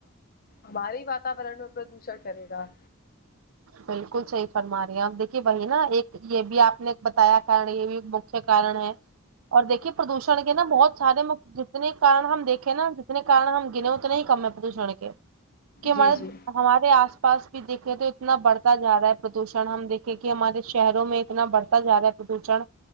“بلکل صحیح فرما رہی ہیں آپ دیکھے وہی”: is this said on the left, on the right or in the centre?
Right